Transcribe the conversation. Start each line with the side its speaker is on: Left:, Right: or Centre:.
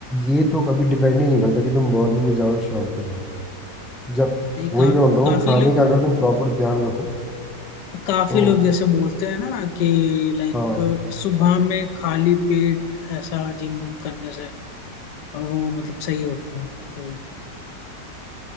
Centre: ये तो कभी डिपेंड ही नहीं करता कि तुम मॉर्निंग में जाओ या शाम को जाओ जब
Left: नहीं का,
Centre: वही मैं बोल रहा
Left: काफी
Centre: हूँ खाने
Left: लोग
Centre: का अगर तुम प्रॉपर ध्यान रखो
Left: काफी
Centre: तो
Left: लोग जैसे बोलते हैं ना कि लाइक
Centre: हाँ
Left: सुबह में खाली पेट ऐसा जिम विम करने से और वो मतलब सही होता है तो